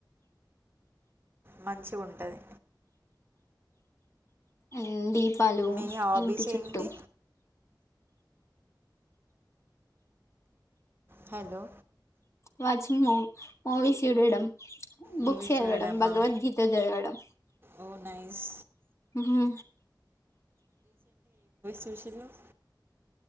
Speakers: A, on the right (about 30°); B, on the left (about 40°).
A: మంచి ఉంటది
B: అండ్ దీపాలు
A: మీ హాబీస్
B: ఇంటి చుట్టూ
A: ఏంటి హలో
B: వాచింగు మూవీస్ చూడడం
A: మూవీస్
B: బుక్స్ చదవడం
A: చూడడమా
B: భగవద్గీత చదవడం
A: ఓ నైస్
B: ఊహు
A: పిలిషినవ్